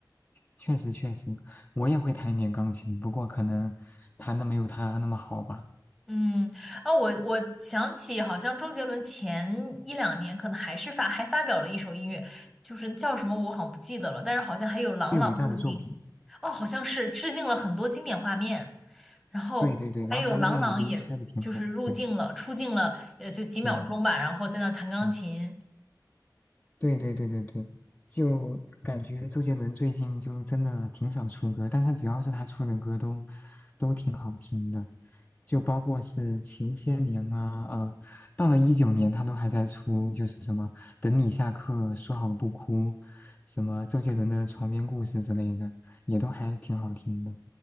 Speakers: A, on the left (about 20°); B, in the centre.
A: 确实确实，我也会弹一点钢琴，不过可能弹的没有他那么好吧。
B: 嗯，啊，我我想起好像周杰伦前一两年可能还是发还发表了一首音乐，就是叫什么我好像不记得了，但是好像还有朗朗入镜。
A: 最伟大的作品。
B: 哦，好像是致敬了很多经典画面，然后还有郎朗，
A: 对对对，然后他的 MV
B: 也就是入镜了，
A: 拍的挺好的，对
B: 出镜了，也就几秒钟吧，
A: 对
B: 然后在那儿弹钢琴，
A: 嗯，对对对对对，就感觉周杰伦最近就真的挺少出歌，但是只要是他出的歌都都挺好听的，就包括是前些年啊，呃，到了一九年他都还在出，就是什么等你下课说好不哭，什么周杰伦的床边故事之类的，也都还挺好听的，